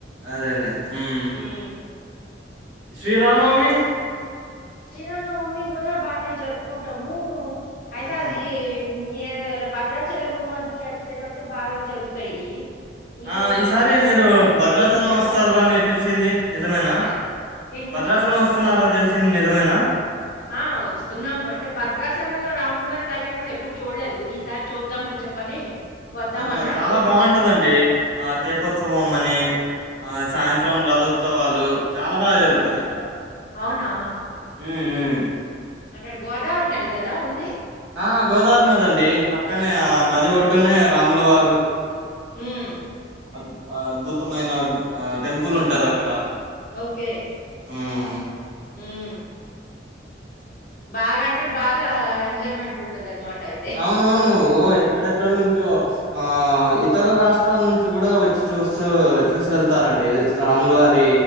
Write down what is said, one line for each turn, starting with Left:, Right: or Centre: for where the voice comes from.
Right: అదేలే ఉమ్
Left: హ్మ్.
Right: శ్రీరామనవమి
Left: శ్రీరామనవమి కూడా బానే జరుపుకుంటాము అయితే
Right: ఆహా
Left: అది ఏ భద్రాచలము అది అయాట్ సైడ్ అతే బాగా జరుగుతాయి ఇటు
Right: ఆ ఈసారి
Left: మనం వైపొతే
Right: మీరు
Left: అంతగా
Right: భద్రాచలం
Left: ఏం జరగదనమాట.
Right: వస్తారని తెలిసింది నిజమేనా
Left: ఆ! ఏంటండి?
Right: భద్రాచలం వస్తున్నారని తెలిసి నిజమేనా
Left: ఆ వస్తున్నాము అంటే భద్రాచలంలో రాముడి వారి కళ్యాణం ఎప్పుడు చూడలేదు ఈసారి చూద్దామని అని చెప్పని వద్దామని
Right: ఆహా
Left: అనుకుంటున్నాం.
Right: చాలా బాగుంటదండి ఆ తీపోత్సవం అని ఆ సాయంత్రం రథోత్సవాలు చాలా బాగా
Left: ఆ!
Right: జరుగుతది ఇక్కడ
Left: అవునా!
Right: ఉమ్
Left: అక్కడ గోదావరి నది కదా ఉంది
Right: ఆ గోదావరి నదిండి పక్కనే ఆ నది ఒడ్డునే రాముల వారు
Left: ఉమ్
Right: అ అద్భుతమైన టెంపుల్ ఉంటది అక్కడ
Left: ఓకే
Right: హ్మ్.
Left: ఉమ్ బాగాంటే బాగా ఎంజాయ్మెంట్ ఉంటది అనమాట అయితే
Right: అవునవును ఓ ఎక్కడెక్కడ నుంచో ఆ ఇతర రాష్ట్రాల నుంచి కూడా వచ్చి చూస్తూ చూసి వెళ్తారు రండి రాములువారి